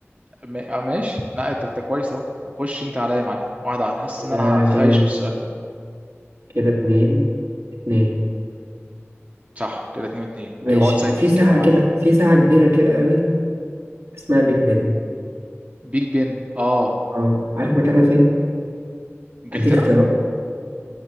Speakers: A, on the right (about 30°); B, on the right (about 75°).
A: م... اه ماشي لا انت انت كويس اهو طب خش انت عليا يا معلم واحده واحده حاسس
B: كده
A: ان انا هخايش
B: كام؟
A: في السؤال ده
B: كده اتنين اتنين
A: صح كده اتنين واتنين
B: ماشي
A: ايوه اقعد سجل
B: في
A: كده
B: ساعة
A: يا معلم
B: كده في ساعة كبيرة كده قوي اسمها بيج بن
A: بيج بن اه
B: اه عارف مكانها فين؟
A: انجلترا
B: هديك اختيارات